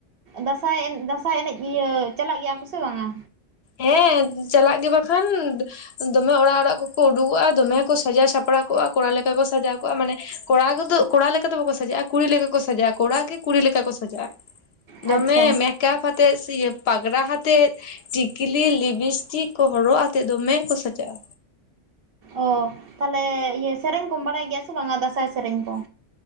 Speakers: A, on the right; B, on the left.
A: ᱫᱟᱸᱥᱟᱭ ᱮ ᱫᱟᱸᱥᱟᱭ ᱮᱱᱮᱡ ᱤᱭᱟᱹ ᱪᱟᱞᱟᱜ ᱜᱮᱭᱟ ᱠᱚ ᱥᱮ ᱵᱟᱝᱟ
B: ᱦᱮᱸ ᱪᱟᱞᱟᱜ ᱜᱮ ᱵᱟᱠᱷᱟᱱ ᱫᱚᱢᱮ ᱚᱲᱟᱜ ᱚᱲᱟᱜ ᱠᱚᱠᱚ ᱩᱰᱩᱠᱚᱜᱼᱟ ᱫᱚᱢᱮ ᱠᱚ ᱥᱟᱡᱟᱣ ᱥᱟᱯᱲᱟᱣ ᱠᱚᱜᱼᱟ ᱠᱚᱲᱟ ᱞᱮᱠᱟ ᱠᱚ ᱥᱟᱡᱟᱣ ᱠᱚᱜᱼᱟ ᱢᱟᱱᱮ ᱠᱚᱲᱟ ᱠᱚᱫᱚ ᱠᱚᱲᱟ ᱞᱮᱠᱟ ᱫᱚ ᱵᱟᱠᱚ ᱥᱟᱡᱟᱜᱼᱟ ᱠᱩᱲᱤ ᱞᱮᱠᱟ ᱠᱚ ᱥᱟᱡᱟᱜᱼᱟ ᱠᱚᱲᱟ ᱜᱮ ᱠᱩᱲᱤ ᱞᱮᱠᱟ ᱠᱚ ᱥᱟᱡᱟᱜᱼᱟ
A: ᱟᱪᱪᱷᱟ
B: ᱫᱚᱢᱮ ᱢᱮᱠᱟᱯ ᱦᱟᱛᱮ ᱤᱭᱟᱹ ᱯᱟᱜᱽᱨᱟ ᱦᱟᱛᱮ ᱟᱛᱮᱫ ᱴᱤᱠᱞᱤ ᱞᱤᱵᱤᱥᱴᱤᱠ ᱠᱚ ᱦᱚᱨᱚᱜ ᱟᱛᱮᱫ ᱫᱚᱢᱮ ᱠᱚ ᱥᱟᱡᱟᱜᱼᱟ
A: ᱚ ᱛᱟᱞᱮ ᱤᱭᱟᱹ ᱥᱮᱨᱮᱧ ᱠᱚᱢ ᱵᱟᱲᱟᱭ ᱜᱮᱭᱟ ᱥᱮ ᱵᱟᱝᱟ ᱫᱟᱸᱥᱟᱭ ᱥᱮᱨᱮᱧ ᱠᱚ